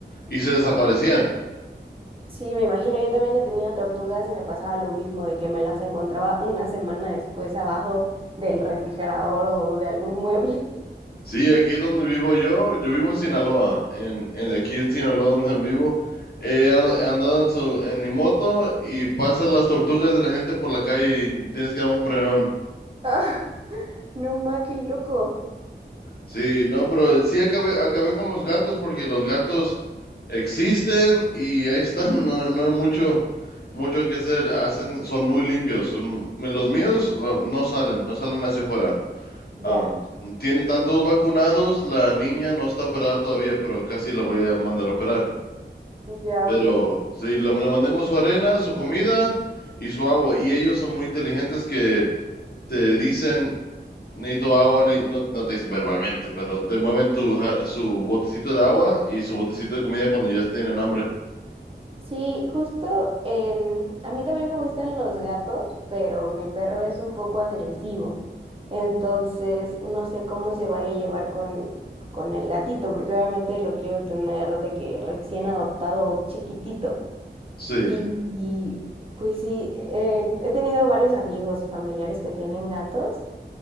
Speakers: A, on the left; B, on the right.
A: y se desaparecían.
B: Sí, me imagino. Yo también he tenido tortugas y me pasaba lo mismo, de que me las encontraba una semana después abajo del refrigerador o de algún mueble. <laughs>
A: Sí, aquí donde vivo yo, yo vivo en Sinaloa, en, en aquí en Sinaloa donde vivo, he a- andado en su, en mi moto y pasan las tortugas de la gente por la calle y tienes que dar un frenón.
B: Ah, no, ma, qué loco.
A: Sí, no, pero sí acabé, acabé con los gatos porque los gatos existen y ahí están, <laughs> no, no hay mucho, mucho que hacer, hacen, son muy limpios, son, me- los míos no no salen, no salen hacia afuera.
B: Ya,
A: Am, tiene tantos vacunados, la niña no está operada todavía, pero casi la voy a mandar a operar.
B: ya,
A: Pero
B: ok.
A: sí, la- le mantengo su arena, su comida y su agua. Y ellos son muy inteligentes que te dicen, necesito agua, ne- no, no te dicen verbalmente, pero te mueven tu, ja- su botecito de agua y su botecito de comida cuando ya tienen hambre.
B: Sí, justo em, a mí también me gustan los gatos, pero mi perro es un poco agresivo. Entonces, no sé cómo se vaya a llevar con, con el gatito, porque obviamente lo quiero tener de que recién adoptado, chiquitito.
A: Sí,
B: Y, y, pues sí, eh, he tenido varios amigos y familiares que tienen gatos